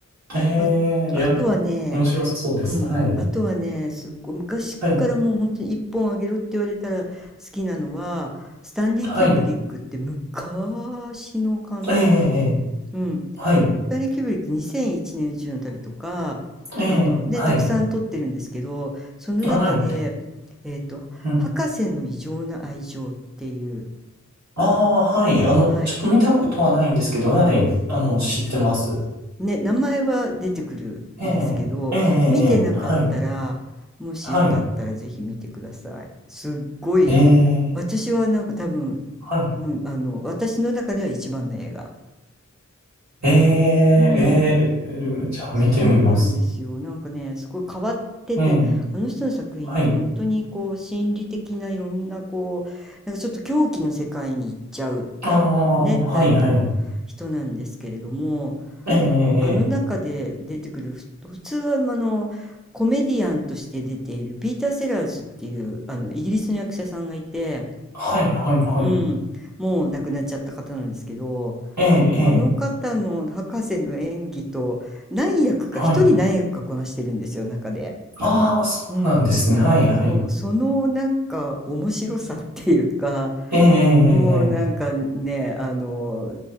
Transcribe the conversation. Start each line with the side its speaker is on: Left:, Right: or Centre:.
Right: ええ、
Centre: あ、あとはね、
Right: いや、面白そうです。
Centre: うん、
Right: はい。
Centre: あとはね、すっごい昔からもう本当に一本あげろって言われたら好きなのは、
Right: はい。
Centre: スタンリー・
Right: はい。
Centre: キューブリックって昔の監督。
Right: ええ、ええ。
Centre: うん、
Right: はい。
Centre: スタンリー・キューブリック2001年宇宙の旅とか、
Right: ええ、
Centre: あの、で、
Right: はい。
Centre: たくさん撮ってるんですけど、その中で、
Right: はい。
Centre: えっと、
Right: うん
Centre: 博士の異常な愛情っていう、
Right: ああ、はい。あの、
Centre: はい、
Right: ちょっと見たことはないんですけど、はい。あの、知ってます。
Centre: ね、名前は出てくるんですけど、
Right: ええ、ええ、ええ、
Centre: 見てなかったら、
Right: はい。
Centre: もしよかったらぜひ見てください。
Right: はい。
Centre: すっごい、
Right: ええ、
Centre: 私はなんか多分、
Right: はい。
Centre: うん、あの、私の中では一番の映画。
Right: ええ、
Centre: うん、
Right: ええ、うんじゃあ見てみます。
Centre: そうなんですよ。なんかね、すごい変わってて、
Right: ええ、
Centre: あの人の作品って本当にこう、
Right: はい。
Centre: 心理的ないろんなこう、なんかちょっと狂気の世界に行っちゃう
Right: ああ、
Centre: ね、タイプの人なんですけれども、
Right: はい、はい。ええ、ええ、
Centre: あの、あの中で出てくる、ふ普通はまあのコメディアンとして出ているピーター・セラーズっていうあのイギリスの役者さんがいて、
Right: はい、はい、はい。
Centre: うん、もう亡くなっちゃった方なんですけど、
Right: ええ、
Centre: この方の博士の演技と何役か一人何役かこなしてるんですよ中で。
Right: ええ、はい。ああ、そうなんですね。
Centre: うん、
Right: はい、はい。
Centre: そう、そのなんか面白さっていうか
Right: ええ、え
Centre: もうなんかね、あの、